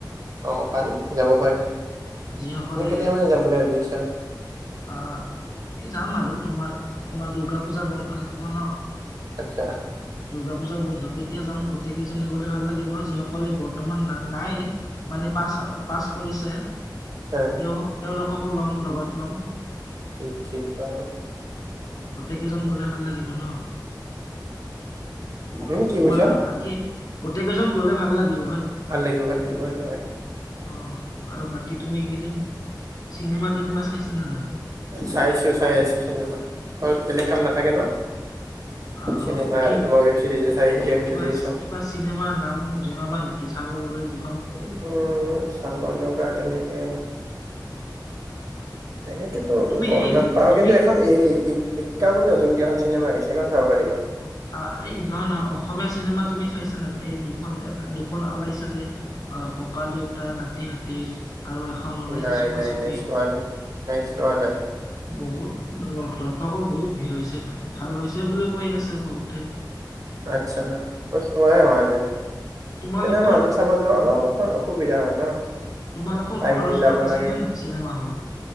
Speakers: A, on the right; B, on the left.
A: অহ, পাৰিম যাব পাৰি। এনেই
B: যিসকলে
A: কেতিয়া মানে যাম বুলি ভাবি আছা?
B: অহ, এই যাম আৰু তোমাৰ, তোমাৰ দুৰ্গা পূজাৰ বন্ধ থাকিব ন'।
A: আচ্ছা।
B: দূৰ্গা পূজাৰ বন্ধ তেতিয়া যাম, গোটেই কেইজনে গ'লে ভাল লাগিব যিসকলে বৰ্তমান না-নাই। মানে পাছ-পাছ কৰিছে।
A: হয়।
B: তেওঁ-তেওঁলোককো ল'ম লগত ল'ম।
A: ঠি-ঠিক বাৰু।
B: গোটকেইজন গ'লে ভাল লাগিব ন'।
A: হম কি
B: তোমাৰ
A: কৈছা
B: আৰ বাকী, গোটেই কেইজন গ'লে ভাল লাগিব।
A: ভাল লাগিব, ভাল লাগিব সেইটো হয়।
B: অহ, আৰু বাকী তুমি এইকেইদিন, চিনেমা-টিনেমা চাইছানে নাই?
A: চাইছোঁ চাই আছোঁ চিনেমা। ঘৰত বেলেগ কাম নাথাকে ন'।
B: আহ
A: চিনেমা
B: কি
A: আৰু তোমাৰ ৱেব চিৰিজ এ চাই গেম
B: কিবা
A: খেলি আছোঁ।
B: কিবা চিনেমাৰ নাম জনাবা নেকি চাবৰ বাবে যি
A: উম, চাব লগা তেনেকে
B: <unintelligible>
A: তেনেকেতো
B: তুমি
A: গম
B: এই
A: নাপাওঁ
B: তুমি
A: কিন্তু এখন এই বুলি নতুনকে এখন চিনেমা আহিছে, সেইখন চাব পাৰিবা।
B: অহ, এই নহয়-নহয় অসমীয়া চিনেমা তুমি চাইছানে নাই, এই দুখন এক দুখন ওলাইছে যে। অহ, ককা-দেউতা নাতি-হাতী আৰু এখন ওলাইছে
A: নাই-নাই-নাই
B: চুপা চুপি
A: চোৱা নাই, নাই চোৱা নাই।
B: বহুত দ দৰ্শকৰ বহুত ভিৰ হৈছেতো। ভাল হৈছে বুলি কৈ আছে বহুতে
A: আচ্ছা মই চোৱাই হোৱা নাই
B: তোমালোকৰ
A: চিনেমা হলত চাব যোৱা
B: অ
A: অলপমান অসুবিধা হয় ন।
B: তোমালোকৰ
A: টাইম
B: ঘৰৰ
A: মিলাব
B: ওচৰত আছেনে
A: লাগে।
B: নাই চিনেমা হল?